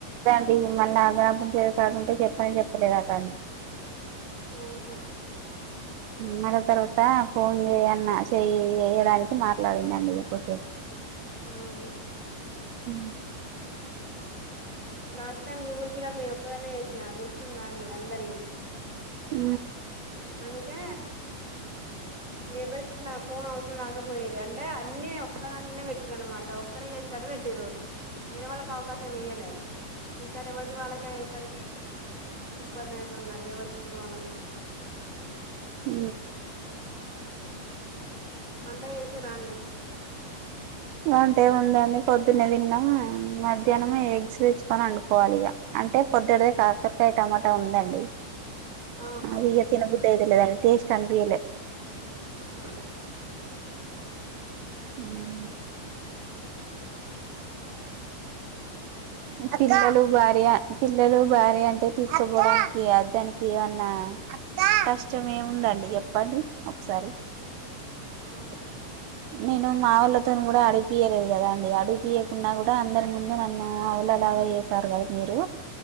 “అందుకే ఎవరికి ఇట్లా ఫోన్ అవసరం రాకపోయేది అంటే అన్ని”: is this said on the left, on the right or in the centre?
Right